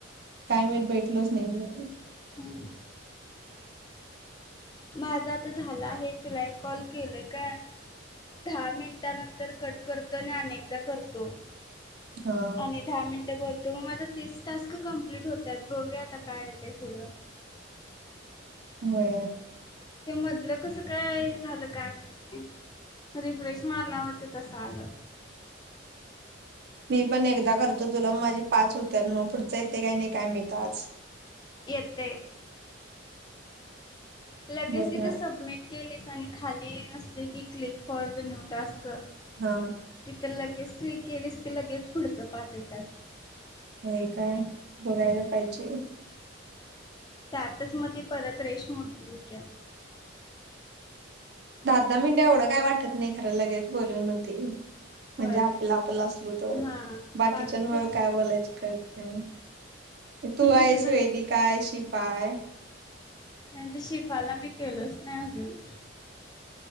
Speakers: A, on the right; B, on the left.
A: काय माहित बघितलं नाही मी.
B: हम. माझ आता झाला आहे, तुला एक कॉल केलं काय दहा मिनिटानंतर कट करतो आणि अनेकदा करतो.
A: हा
B: आणि दहा मिनटं बोल. तु माझ तीस टास्क कंप्लीट होतात. बघूया आता काय य ते पुुढ!
A: होय.
B: ते मधलं कस काय झालं काय माहिती. रिफ्रेश मारल्यावर ते तसं झालं.
A: मी पण एकदा खर्च तुला माझी पाच होत मग पुढच येते काही नाही काय माहीत आज.
B: येतंय. लगेच
A: बघ
B: तिथे सबमिट केलीस आणि खाली असते की click for the new task क
A: हा
B: तिक ल लगेच क्लिक केलीस, की लगेच पुढच पाच येतात.
A: होय काय बघायला
B: हम्म.
A: पाहिजे.
B: त्यातच मग ती परत रेश मोठीठी होत्या.
A: दहा दहा मिनिटं एवढं काय वाटत नाही खरं लगेच बोलून होते. म्हणजे
B: होय
A: आपला आपलं असलो तरो
B: हा
A: बाकीच्यां
B: बाकी कसं
A: काय बोलायच का तर तू
B: म्हणजे
A: आहे
B: झा-
A: वेदिका काशी पाय
B: आणि ते शिफाला मी केलंच नाही अजून.